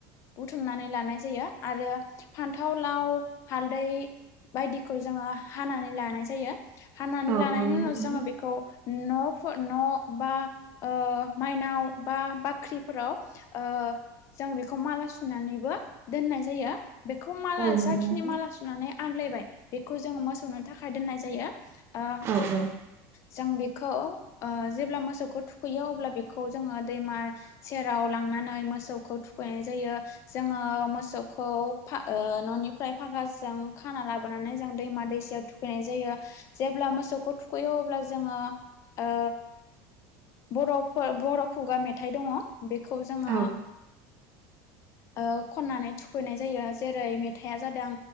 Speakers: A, on the left (about 35°); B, on the right (about 30°).
A: बुथुमनानै लानाय जायो आरो फान्थाव लाव हालदै बायदिखौ जोङो हानानै लानाय जायो हानानै
B: औ
A: लानायनि
B: औ नंगौ
A: उनाव
B: नोंथां
A: जोङो बेखौ न'फो न' बा ओ माइनाव बा बाख्रि फोराव ओ जों बेखौ माला सुनानैबो दोननाय जायो बेखौ माला
B: औ नंगौ
A: जाखिनि
B: नोंथां
A: माला सुनानै आग्लायबाय बेखौ जोङो मोसौनो थाखाय दोननाय जायो ओ
B: औ औ
A: जों बेखौ ओ जेब्ला मोसौखौ थुखैयो अब्ला बेखौ जोङो दैमा सेराव लांनानै मोसौखौ थुखैनाय जायो जोङो मोसौखौ फा ओ न निफ्राय फागाजों खाना लाबोनानै जों दैमा दैसायाव थुखैनाय जायो जेब्ला मोसौखौ थुखैयो यो अब्ला जोङो ओ बर'फोर बर' खुगा मेथाइ दङ बेखौ जोङो
B: औ
A: ओ खननानै थुखैनाय जायो जेरै मेथाया जादों